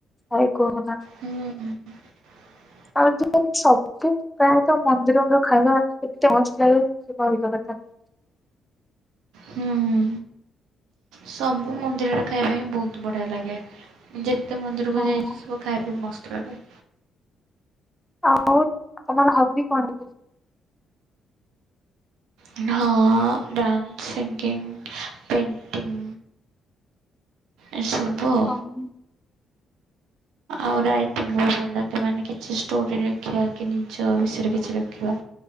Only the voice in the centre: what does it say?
ଅଏ କୁହନା।
ଆଜି କାଲି ସବୁ ପ୍ରାୟତଃ ମନ୍ଦିର ର ଖାଇବା ଏତେ ମସ୍ତ ଲାଗେ କହିବା କଥା। <unintelligible>
ହଁ,
ଆଉ ତମର ହବି କଣ?
ହଁ।